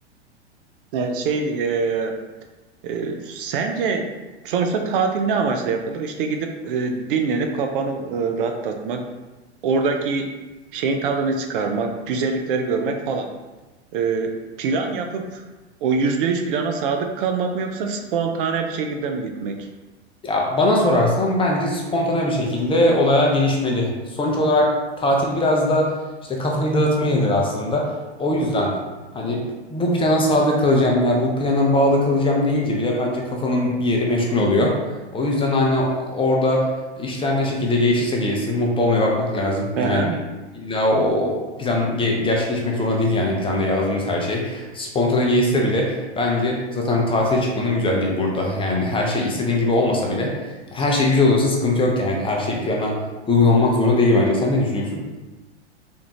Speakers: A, on the right (about 50°); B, on the left (about 15°).
A: Ee, şey e, e, sence sonuçta tatil ne amaçla yapılır? İşte gidip e, dinlenip kafanı e, rahatlatmak, oradaki şeyin tadını çıkarmak, güzellikleri görmek falan. E, plan yapıp o yüzde yüz plana sadık kalmak mı yoksa spontane bir şekilde mi gitmek?
B: Ya bana sorarsan bence spontane bir şekilde olaya gelişmeli. Sonuç olarak tatil biraz da işte kafayı dağıtma yeridir aslında. O yüzden hani bu plana sadık kalacağım ya bu plana bağlı kalacağım deyince bile bence kafanın bir yeri meşgul oluyor. O yüzden hani orada işler ne şekilde gelişirse gelişsin mutlu olmaya bakmak lazım. Yani
A: Hı
B: illa o plan ge- gerçekleşmek zorunda değil yani planda yazdığımız her şey. Spontane gelişse bile Bence zaten tatile çıkmanın güzelliği burada. Yani her şey istediğin gibi olmasa bile her şey güzel olursa sıkıntı yok yani. Her şey plana uygun olmak zorunda değil bence. Sen ne düşünüyorsun?